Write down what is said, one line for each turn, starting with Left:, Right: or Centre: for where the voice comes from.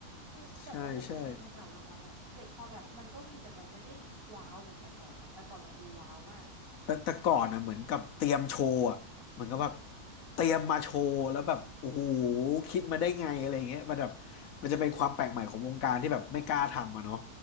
Right: คือแต่ว่าเดี๋ยวนี้งานประกาศรางวัลอ่ะสเตจคอลแลบมันก็มีแต่มันไม่ได้ว้าวเหมือนแต่ก่อนนะแต่ก่อนมันดูว้าวมาก
Left: ใช่ใช่แต่แต่ก่อนอ่ะเหมือนกับเตรียมโชว์อ่ะเหมือนกับแบบเตรียมมาโชว์แล้วแบบโอ้โหคิดมาได้ไงอะไรอย่างเงี้ยมันแบบมันจะเป็นความแปลกใหม่ของวงการที่แบบไม่กล้าทำอ่ะเนาะ